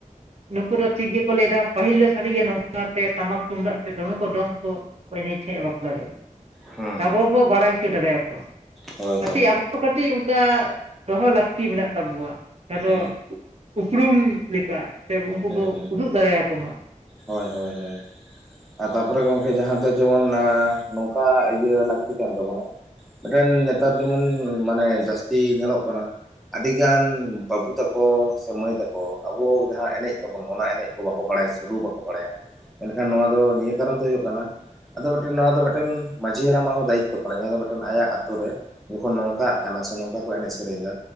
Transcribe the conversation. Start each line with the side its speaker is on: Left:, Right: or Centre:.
Right: ᱱᱩᱠᱩ ᱫᱚ ᱴᱷᱤᱠ ᱜᱮᱠᱚ ᱞᱟᱹᱭᱫᱟ ᱯᱟᱹᱦᱤᱞ ᱫᱚ ᱥᱟᱹᱨᱤ ᱜᱮ ᱱᱚᱝᱠᱟᱛᱮ ᱴᱟᱢᱟᱠ ᱛᱩᱢᱫᱟᱜ ᱛᱮ ᱫᱚᱢᱮ ᱠᱚ ᱫᱚᱢ ᱠᱚ ᱤᱱᱟᱹ ᱴᱷᱮᱡ ᱵᱟᱯᱞᱟ ᱨᱮ,
Centre: ᱦᱩᱸ
Right: ᱛᱚ ᱟᱵᱚ
Centre: ᱦᱩᱸ
Right: ᱵᱚ ᱵᱟᱲᱟᱭ ᱦᱚᱪᱚ ᱫᱟᱲᱮ ᱟᱠᱚᱣᱟ
Centre: ᱦᱳᱭ
Right: ᱠᱟᱹᱴᱤᱡ
Centre: ᱦᱳᱭ
Right: ᱟᱵᱚ ᱠᱟᱹᱴᱤᱡ ᱚᱱᱠᱟ ᱫᱚᱦᱚ ᱞᱟᱹᱠᱛᱤ ᱢᱮᱱᱟᱜ ᱛᱟᱵᱚᱣᱟ ᱟᱫᱚ
Centre: ᱦᱩᱸ
Right: ᱩᱯᱨᱩᱢ ᱞᱮᱠᱟ ᱥᱮ ᱩᱝᱠᱩ
Centre: ᱦᱩᱸ
Right: ᱵᱚ
Centre: ᱦᱩᱸ
Right: ᱩᱫᱩᱜ ᱫᱟᱲᱮ ᱟᱠᱚᱢᱟ
Centre: ᱦᱳᱭ ᱦᱳᱭ ᱦᱳᱭ ᱟᱨ ᱛᱟᱯᱚᱨᱮ ᱜᱚᱝᱠᱮ ᱡᱟᱦᱟᱸ ᱫᱚ ᱡᱮᱢᱚᱱ ᱱᱚᱝᱠᱟ ᱤᱭᱟᱹ ᱞᱟᱠ ᱞᱟᱹᱠᱛᱤ ᱠᱟᱱ ᱛᱟᱵᱚᱱᱟ ᱢᱤᱫᱴᱮᱱ ᱱᱮᱛᱟᱨ ᱡᱮᱢᱚᱱ ᱢᱟᱱᱮ ᱡᱟᱹᱥᱛᱤ ᱧᱮᱞᱚᱜ ᱠᱟᱱᱟ ᱟᱹᱰᱤ ᱜᱟᱱ ᱵᱟᱹᱵᱩ ᱛᱟᱠᱚ ᱥᱮ ᱢᱟᱹᱭ ᱛᱟᱠᱚ ᱟᱵᱚ ᱡᱟᱦᱟᱸ ᱮᱱᱮᱡ ᱛᱟᱵᱚᱱ ᱚᱱᱟ ᱮᱱᱮᱡ ᱵᱟᱠᱚ ᱵᱟᱲᱟᱭᱟ ᱥᱮ ᱨᱩ ᱵᱟᱠᱚ ᱵᱟᱲᱟᱭᱟ ᱢᱮᱱᱠᱷᱟᱱ ᱱᱚᱣᱟ ᱫᱚ ᱱᱤᱭᱟᱹ ᱠᱟᱨᱚᱱ ᱛᱮ ᱦᱩᱭᱩᱜ ᱠᱟᱱᱟ ᱟᱫᱚ ᱢᱮᱫᱴᱮᱱ ᱱᱚᱣᱟ ᱫᱚ ᱢᱮᱫᱴᱮᱱ ᱢᱟᱺᱡᱷᱤ ᱦᱟᱲᱟᱢᱟᱜ ᱦᱚᱸ ᱫᱟᱭᱤᱛᱛᱚ ᱠᱟᱱᱟ ᱡᱟᱦᱟᱸ ᱫᱚ ᱢᱮᱫᱴᱮᱱ ᱟᱭᱟᱜ ᱟᱛᱳ ᱨᱮ ᱡᱚᱠᱷᱚᱱ ᱱᱚᱝᱠᱟᱜ ᱠᱟᱱᱟ ᱥᱮ ᱱᱚᱝᱠᱟ ᱠᱚ ᱮᱱᱮᱡ ᱥᱮᱨᱮᱧ ᱫᱟ